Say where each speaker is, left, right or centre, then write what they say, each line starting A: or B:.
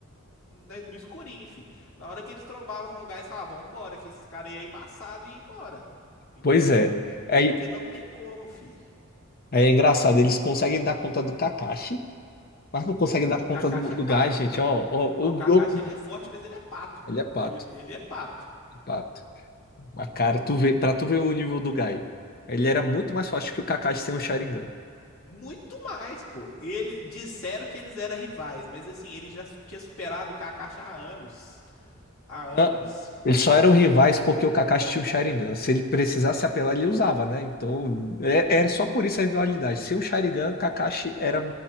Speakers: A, on the left (about 85°); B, on the left (about 45°).
A: né, no escurinho, fi. Na hora que eles trombavam com o gás, falavam, vambora, que esse cara aí é embaçado e ia embora. Entendeu?
B: Pois é. Aí,
A: Porque não tem como, fi.
B: aí é engraçado, eles conseguem dar conta do Kakashi. Mas não conseguem dar
A: Mas
B: conta
A: o Kakashi
B: do, do
A: é pato.
B: gás, gente. Ó, ó, o,
A: Mas o
B: o,
A: Kakashi, ele é forte, mas ele é pato, pô.
B: Ele é pato,
A: Ele, ele é pato.
B: pato. Mas, cara, tu vê, pra tu ver o nível do Gai, ele era muito mais forte que o Kakashi sem o Sharingan.
A: Muito mais, pô. Eles disseram que eles eram rivais, mas assim, ele já tinha superado o Kakashi há anos. Há anos
B: Ah,
A: já.
B: Eles só eram rivais porque o Kakashi tinha um Sharingan. Se ele precisasse apelar, ele usava, né? Então, é- era só por isso a rivalidade. Sem o Sharingan, Kakashi era